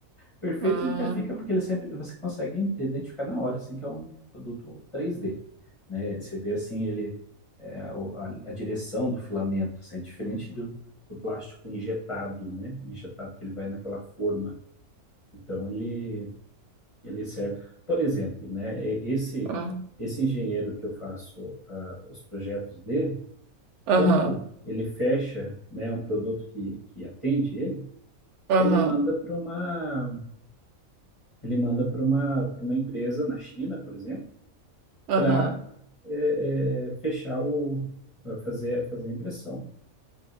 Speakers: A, on the left; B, on the right.
A: Perfeito
B: ah,
A: nunca fica porque ele sempre você consegue identificar na hora, assim que é um produto 3D, né? Você vê assim ele é, o- a, a direção do filamento, assim, é diferente do, do plástico injetado, né? Injetado que ele vai naquela forma. Então ele ele serve, por exemplo, né? e- Esse
B: ah.
A: esse engenheiro que eu faço ah, os projetos dele,
B: Aham,
A: quando ele fecha, né, um produto que que atende ele,
B: aham,
A: ele manda para uma Ele manda para uma, para uma empresa na China, por exemplo,
B: aham.
A: para é, é, fechar o, pra fazer, fazer a impressão.